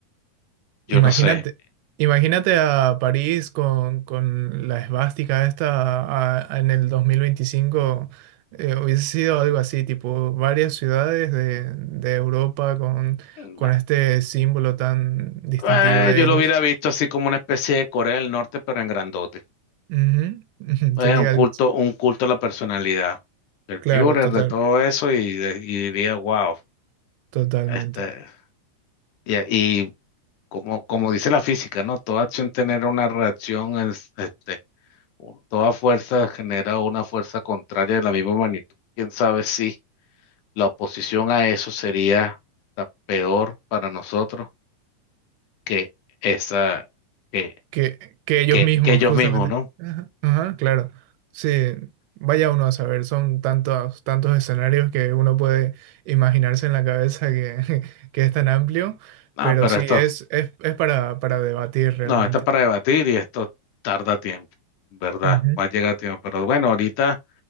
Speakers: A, on the left (about 75°); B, on the right (about 85°).
A: yo
B: Imagínate,
A: no sé.
B: imagínate a París con, con la esvástica esta a- a- en el 2025. eh, hubiese sido algo así, tipo varias ciudades de, de Europa con,
A: mm,
B: con este símbolo tan distintivo
A: Eh,
B: de
A: yo
B: ellos
A: lo hubiera visto así como una especie de Corea del Norte, pero en grandote.
B: Ujú, <laughs> ujú,
A: Es
B: Sería
A: un culto,
B: algo así.
A: un culto a la personalidad del
B: Claro,
A: Führer,
B: total,
A: de todo eso, y, de- y diría, wow,
B: totalmente.
A: este, y, y como, como dice la física, ¿no? Toda acción genera una reacción, es, este, u- toda fuerza genera una fuerza contraria de la misma magnitud. ¿Quién sabe si la oposición a eso sería hasta peor para nosotros que esa, que,
B: que, que ellos
A: que,
B: mismos,
A: que ellos
B: justamente.
A: mismos, ¿no?
B: Ajá, ajá, claro. Sí, vaya uno a saber, son tantos, tantos escenarios que uno puede imaginarse en la cabeza que, <laughs> que es tan amplio,
A: Ah,
B: pero
A: pero
B: sí,
A: esto,
B: es, es, es para, para debatir realmente.
A: no, esto es para debatir y esto tarda tiempo, ¿verdad?
B: Ujú.
A: Va a llegar tiempo. Pero bueno, ahorita